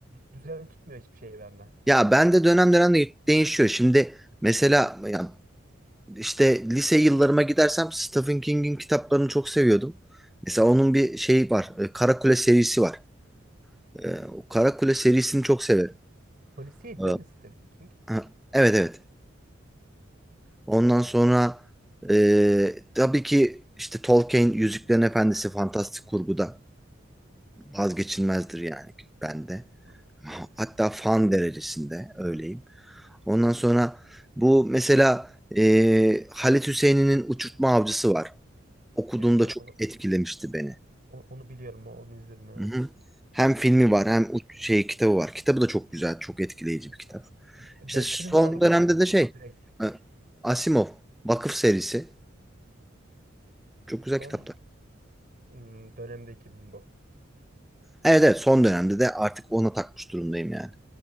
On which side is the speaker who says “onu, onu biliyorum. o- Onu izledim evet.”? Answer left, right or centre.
Right